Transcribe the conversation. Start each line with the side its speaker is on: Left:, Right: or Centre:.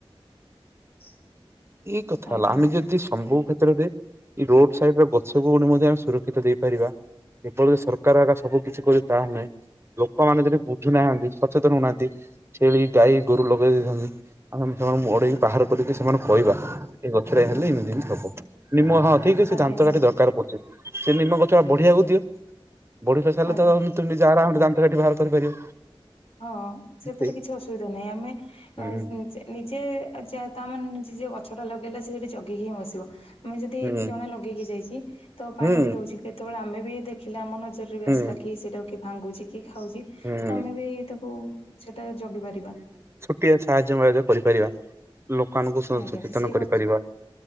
Left: <inaudible>
Right: ଏଇ କଥା ହେଲା
Left: ଆଜ୍ଞା
Right: ଆମେ
Left: ସାର୍
Right: ଯଦି ସମ୍ବୁ କ୍ଷେତ୍ରରେ ଏଇ ରୋଡ ସାଇଡ ର ଗଛୁକୁ ମଧ୍ୟ ଆମେ ସୁରକ୍ଷିତ ଦେଇପାରିବା କେବଳ ସରକାର ଆଗା ସବୁ କିିଛି କରିବ ତାହା ନୁହେଁ। ଲୋକମାନେ ଯଦି ବୁଝୁନାହାନ୍ତି ସଚେତନ ହଉନାହାନ୍ତି ଛେଳି ଗାଈ ଗୋରୁ ଲଗେଇ ଦେଇଥାନ୍ତି। ଆମେ ସେମାନଙ୍କୁ ଓଡେଇକି ବାହାର କରିକି ସେମାନଙ୍କୁ କହିବା ଏ ଗଛରେ ହେଲେ ଏମିତି ହବ ନିମ ହ। ଠିକ ସେ
Left: ଆଜ୍ଞା
Right: ଦାନ୍ତ
Left: ସାର୍
Right: କାଠି ଦରକାର ପଡୁଥିବ ସେ ନିମ ଗଛା ବଢିବାକୁ ଦିଅ ବଢି ପ ସାରିଲେ
Left: ଆଜ୍ଞା
Right: ତ <unintelligible> ଯା ଆରାମରେ ଦାନ୍ତ କାଠି ବାହାର କରିପାରିବ।
Left: ହଁ ସେଥିରେ
Right: ସେ
Left: କିଛି ଅସୁବିଧା ନାହିଁ ଆମେ
Right: ହୁଁ
Left: ଅ ଯେ ନିଜେ ଯ ତା ମାନେ ନି ଯେ ଗଛ ଟା ଲଗେଇଲା ସେ ସେଠି ଜଗିକି ହିଁ ବସିବ। ଆମେ ଯଦି
Right: ହୁଁ
Left: ଜଣେ ଲଗେଇକି ଯାଇଛି ତ ପାଣି
Right: ହୁଁ
Left: ବି ଦଉଛି କେତେବେଳେ ଆମେ ବି ଦେଖ ଦେଖିଲା ଆମ ନଜରରେ ବି
Right: ହୁଁ
Left: ଆସିଲା କି ସେଇଟାକୁ କି ଭାଙ୍ଗୁଛି କି ଖାଉଛି
Right: ହୁଁ।
Left: ତ ଆମେ ବି ତାକୁ ସେଟା ଜଗି ପାରିବା।
Right: କି ଆ ସାହାଯ୍ୟ ମହାଜ୍ୟ କରିପାରିବା ଲୋକଆନଙ୍କୁ
Left: ଆଜ୍ଞା
Right: ସଚେତନ
Left: ସେ ସେଇ
Right: କରିପାରିବା।
Left: ଗଛ